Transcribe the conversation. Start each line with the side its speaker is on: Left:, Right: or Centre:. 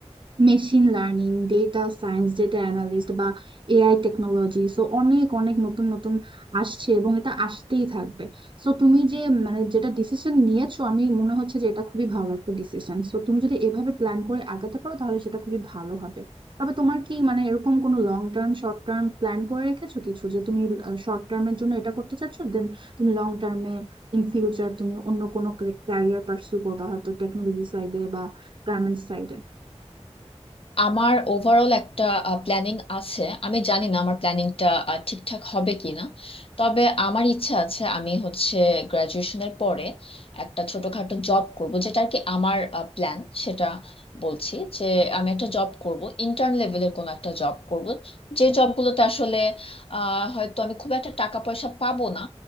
Right: machine learning data science data analyst বা এআই টেকনোলজি সো অনেক অনেক নতুন নতুন আসছে এবং এটা আসতেই থাকবে সো তুমি যে মানে যেটা ডিসিশন নিয়েছো আমি মনে হচ্ছে যে এটা খুবই ভালো একটা ডিসিশন সো তুমি যদি এভাবে প্ল্যান করে আগাতে পারো তাহলে সেটা খুবই ভালো হবে তবে তোমার কি মানে এরকম কোনো long term short term plan করে রেখেছো কিছু যে তুমি শর্ট টার্মের জন্য এটা করতে চাচ্ছো দেন তুমি লং টার্মে ইন ফিউচার তুমি অন্য কোনো ক্যারিয়ার পার্সু করবা হয়তো টেকনোলজি সাইডে বা গার্মেন্টস সাইডে
Left: আমার ওভারঅল একটা প্ল্যানিং আছে আমি জানি না আমার প্ল্যানিংটা ঠিকঠাক হবে কিনা তবে আমার ইচ্ছা আছে আমি হচ্ছে গ্রাজুয়েশনের পরে একটা ছোটখাটো জব করব যেটা আর কি আমার প্ল্যান সেটা বলছি যে আমি একটা জব করব ইন্টার্ন লেভেলের কোনো একটা জব করব যে জবগুলোতে আসলে আহ, হয়তো আমি খুব একটা টাকা পয়সা পাবো না